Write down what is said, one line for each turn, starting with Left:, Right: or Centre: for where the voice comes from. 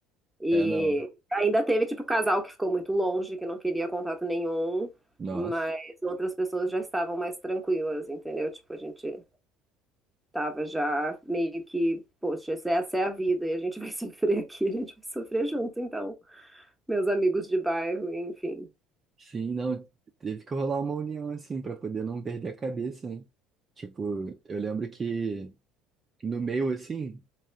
Centre: E
Right: É, não.
Centre: ainda teve, tipo, casal que ficou muito longe, que não queria contato nenhum,
Right: Nossa.
Centre: mas outras pessoas já estavam mais tranquilas, entendeu? Tipo, a gente. Tava já meio que, poxa, essa essa é a vida e a gente vai <laughs> sofrer aqui, a gente vai sofrer junto, então. Meus amigos de bairro, enfim.
Right: Sim, não. Teve que rolar uma união, assim, pra poder não perder a cabeça, né? Tipo, eu lembro que no meio, assim,